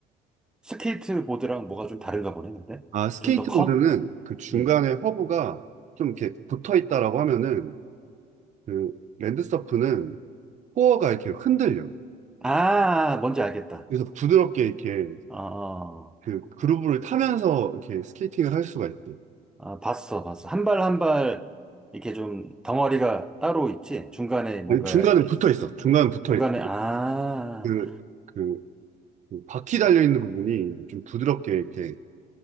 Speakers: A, in the centre; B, on the right (about 45°).
A: 스케이트보드랑 뭐가 좀 다른가 보네, 근데?
B: 아, 스케이트보드는
A: 좀 더 커?
B: 그 중간에
A: 음.
B: 허브가 좀 이렇게 붙어 있다라고 하면은 그 랜드서프는 코어가 이렇게 흔들려.
A: 아, 뭔지 알겠다.
B: 그래서 부드럽게 이렇게
A: 어,
B: 그 그루브를 타면서 이렇게 스케이팅을 할 수가 있지.
A: 아, 봤어, 봤어. 한 발 한 발, 이렇게 좀 덩어리가 따로 있지? 중간에 뭔가
B: 아니, 중간은 붙어 있어. 중간은 붙어
A: 중간에,
B: 있고.
A: 아,
B: 그, 그, 그 바퀴 달려 있는 부분이 좀 부드럽게 이렇게